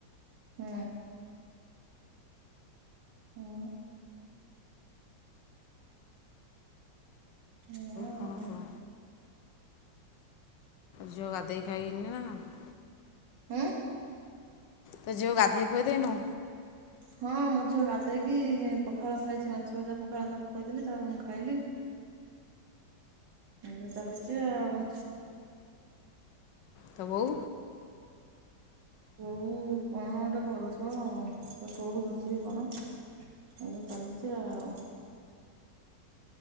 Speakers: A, on the right; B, on the left.
A: ହୁଁ। ହୁଁ। ହୁଁ ଆଉ
B: କ'ଣ କହ ଝିଅ ଗାଧୋଇ ଖାଇନି ନା କଣ?
A: ହୁଁ?
B: ତୁ ଝିଅକୁ ଗାଦେଇ ଖୁଏଇ ଦେଇନୁ?
A: ହଁ ମୁଁ ଝିଅ ଗାଧେଇକି ପଖାଳ ଖାଇଛି ମାଛ ଭଜା ପଖାଳ ତାକୁ ଖୁଆଇ ଥିଲି ତାପରେ ମୁଁ ଖାଇଲି। ଆଜ୍ଞା ଚାଲଛି ଆଉ।
B: ତ ବହୋ?
A: ବହୋ କଣ ଗୋଟେ କରୁଥିବ ଆଉ ସେ ପୁଅ କୁ ଧରିଚି କି କଣ। ଏମିତି ଚାଲିଛି ଆଉ।